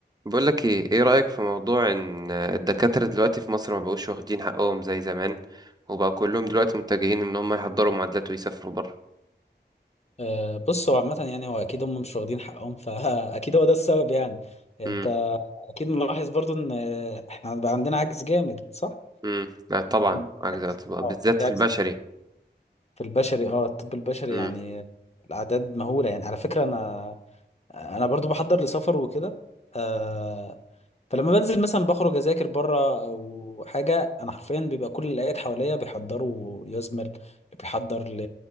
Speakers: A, on the right (about 20°); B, on the left (about 35°).
A: بقول لك ايه ايه رأيك في موضوع ان الدكاترة دلوقتي في مصر ما بقوش واخدين حقهم زي زمان وبقى كلهم دلوقتي متجهين ان هم يحضروا معادلات ويسافروا بره
B: آه، بص هو عامة يعني هو أكيد هم مش واخدين حقهم فأكيد <laughs> هو ده السبب يعني أنت
A: امم
B: أكيد ملاحظ برضو إن آه، إحنا بقى عندنا عجز جامد صح؟
A: امم لا طبعا
B: <laughs>
A: أجدع
B: عجز
A: طبعاً، بالذات
B: اه في
A: في
B: عجز
A: البشري
B: في البشري اه الطب البشري
A: امم
B: يعني الأعداد مهولة يعني على فكرة أنا أنا برضو بحضر لسفر وكده آه، فلما بنزل مثلا بخرج اذاكر بره او حاجه انا حرفيا بيبقى كل اللي قاعد حواليا بيحضروا يزمل اللي بيحضر ل